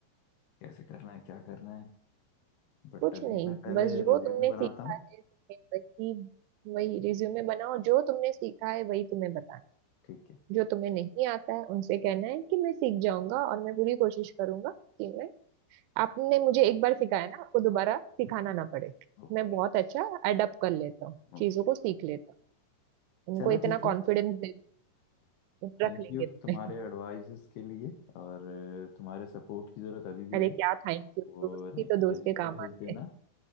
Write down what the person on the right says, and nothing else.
कुछ
नहीं
बस जो
तुमने सीखा
है तुमने वही वही रिज्यूमे बनाओ जो तुमने सीखा है वही तुम्हें बताना
है।
जो तुम्हें नहीं आता है उनसे कहना है कि मैं सीख जाऊंगा और मैं पूरी कोशिश करूंगा कि मैं आपने मुझे एक बार सिखाया ना आपको दोबारा सिखाना ना पड़े
मैं बहुत अच्छा अडप्ट कर लेता हूँ
चीजों को सीख लेता हूँ उनको
इतना
कॉन्फिडेंस दे रख
लेंगे
तुम्हें
<laughs>
अरे
क्या थैंक यू
दोस्त ही तो दोस्त
के काम
आते
हैं